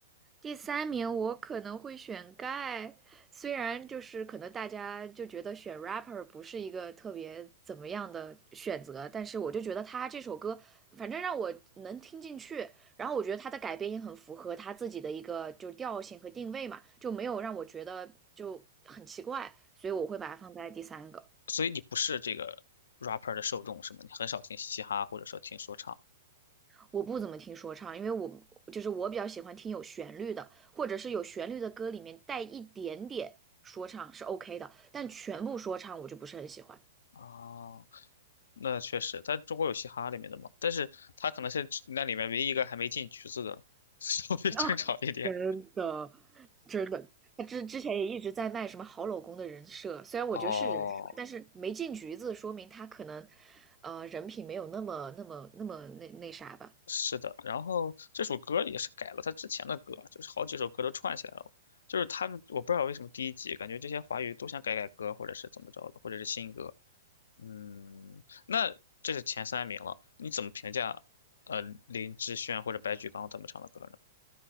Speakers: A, on the right; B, on the left.
A: 第三名我可能会选 Guy，虽然就是可能大家就觉得选 rapper 不是一个特别怎么样的选择，但是我就觉得他这首歌反正让我能听进去，然后我觉得他的改编也很符合他自己的一个就调性和定位嘛，就没有让我觉得就很奇怪，所以我会把它放在第三个。
B: 所以你不是这个 rapper 的受众是吗？你很少听嘻哈或者说听说唱
A: 我不怎么听说唱，因为我就是我比较喜欢听有旋律的，或者是有旋律的歌里面带一点点说唱是 OK 的，但全部说唱我就不是很喜欢。
B: 啊？那确实，在中国有嘻哈里面的嘛，但是他可能是那里面唯一一个还没进局子的，<laughs> 稍微正常一点。
A: 啊，真的，真的，他之之前也一直在卖什么好老公的人设，虽然我觉得是人设，
B: 哦，
A: 但是没进局子，说明他可能，呃，人品没有那么那么那么那那啥吧。
B: 是的，然后这首歌也是改了他之前的歌，就是好几首歌都串起来了。就是他们，我不知道为什么第一集感觉这些华语都想改改歌，或者是怎么着的，或者是新歌。嗯，那这是前三名了，你怎么评价？呃，林志炫或者白举纲他们唱的歌呢？